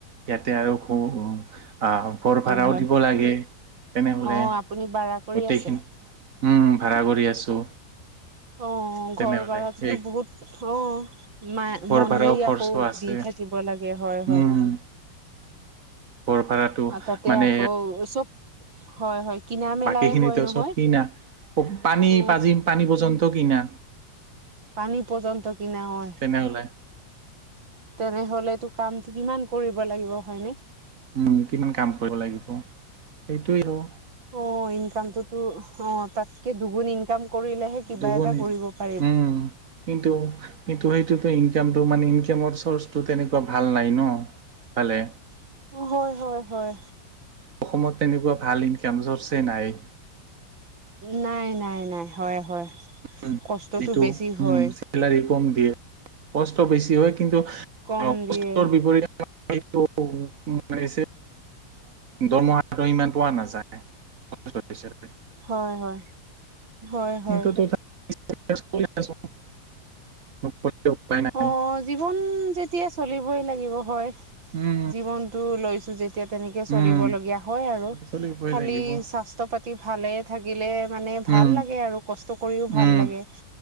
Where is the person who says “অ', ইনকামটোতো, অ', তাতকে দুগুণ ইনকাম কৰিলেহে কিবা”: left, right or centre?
Right